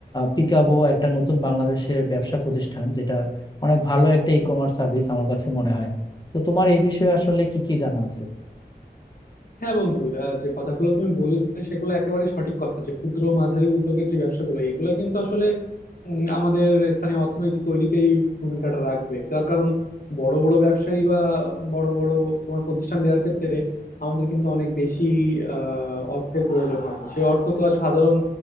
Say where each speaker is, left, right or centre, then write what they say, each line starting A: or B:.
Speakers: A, on the left; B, on the left.
A: পিকাবো একটা নতুন বাংলাদেশের ব্যবসা প্রতিষ্ঠান যেটা অনেক ভালো একটা ই কমার্স সার্ভিস আমার কাছে মনে হয় তো তোমার এই বিষয়ে আসলে কি কি জানা আছে
B: হ্যাঁ বন্ধু আহ, যে কথাগুলো তুমি বললে সেগুলো একেবারে সঠিক কথা যে ক্ষুদ্র মাঝারি উদ্যোগের যে ব্যবসাগুলো এগুলো কিন্তু আসলে উম, আমাদের স্থানীয় অর্থনীতি তৈরিতেই ভূমিকাটা রাখবে তার কারণ বড় বড় ব্যবসায়ী বা বড় বড় তোমার প্রতিষ্ঠান দেওয়ার ক্ষেত্রে আমাদের কিন্তু অনেক বেশি আহ অর্থের প্রয়োজন হয় সেই অর্থ তো আর সাধারণ